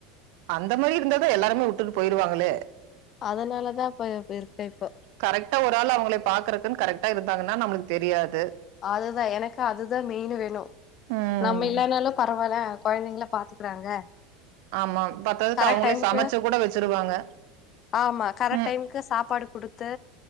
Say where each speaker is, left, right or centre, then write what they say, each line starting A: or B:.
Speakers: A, on the right; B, on the left.
A: அந்த மாரி இருந்தாத எல்லாருமே உட்டு போய்டுவாங்களே
B: அதனாலதா இப்ப இருக்க இப்போ
A: கரெக்டா ஒரு ஆள் அவங்கள பாக்குறக்குன்னு கரெக்டா இருந்தாங்கன்னா நம்முளுக்கு தெரியாது
B: அதுதா எனக்கு அதுதா மெயின் வேணு
A: ம்
B: நம்ம இல்லனாலு பரவாயில்ல கெழந்திங்க பாத்துக்குறாங்க
A: ஆமா பத்தாதுக்கு
B: கரெக்ட்
A: அவங்களே
B: டைம்க்கு
A: சமைச்சு கூட வச்சிருவாங்க
B: ஆமா கரெக்ட்
A: ம்
B: டைம்க்கு சாப்பாடு கொடுத்து